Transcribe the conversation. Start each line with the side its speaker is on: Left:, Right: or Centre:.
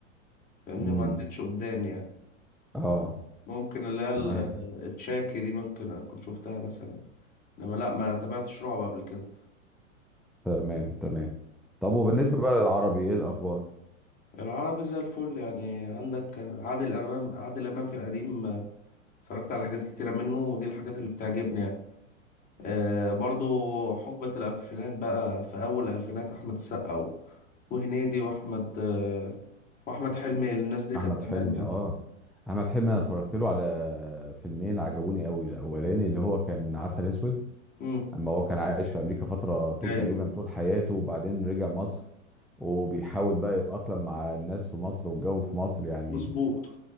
Left: فاهمني
Centre: امم
Left: ما عدتش قدامي يعني
Centre: اه
Left: ممكن اللي هي ال-
Centre: تمام
Left: التشاكي دي ممكن اكون شفتها مثلا انما لا ما تابعتش رعب قبل كده
Centre: تمام تمام طب وبالنسبة بقى للعربي ايه الأخبار
Left: العربي زي الفل يعني عندك عادل امام عادل امام في القديم اتفرجت على حاجات كتيره منه ودي الحاجات اللي بتعجبني يعني آه، برضو حقبه الالفينات بقى في اول الالفينات احمد السقا و- وهنيدي واحمد آه، واحمد حلمي الناس دي كانت
Centre: أحمد
Left: تمام
Centre: حلمي
Left: يعني
Centre: اه أحمد حلمي أنا اتفرجت له على فيلمين عجبوني قوي الأولاني اللي هو كان عسل أسود
Left: امم
Centre: أما هو كان عايش في أمريكا فترة طول
Left: ايوه
Centre: تقريبا طول حياته وبعدين رجع مصر وبيحاول بقى يتأقلم مع الناس في مصر والجو في مصر يعني
Left: مظبوط